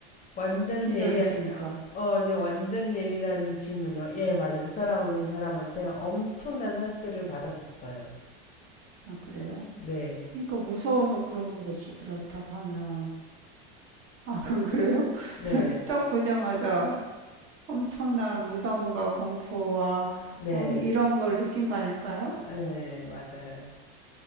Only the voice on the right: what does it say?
기절했으니까.
아, 그래요?
그러니까 무서워서 그런 거겠죠. 그렇다고 하면. 아, 그건 그래요?
<laughs> 딱 보자마자 엄청난 무서움과 공포와
뭐 이런 걸 느낀 거 아닐까요?